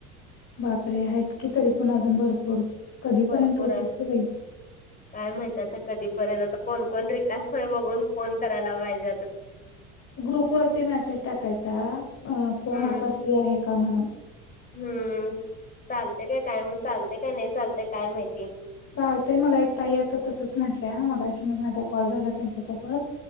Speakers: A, on the left (about 40°); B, on the left (about 20°).
A: वापरे आहेत की तरी पण अजून भरपूर. कधीपर्यंत
B: भरपूर
A: होतील
B: आहे.
A: ग बाई
B: काय माहितय कधीपर्यंत कोणकण रिकास्ट बघून फोन करायला पाहिज.
A: ग्रुप वरती मेसेज टाकायचा कोण
B: हम्म
A: आता फ्री आहे का म्हणून
B: हम्म चालते काय काय मग चालतेय काय नाही चालत काय माहिती?
A: चालते मला एक तही आता तसच म्हटल्या मगाशी मी माझा कॉल झाला त्यांच्यासोबत.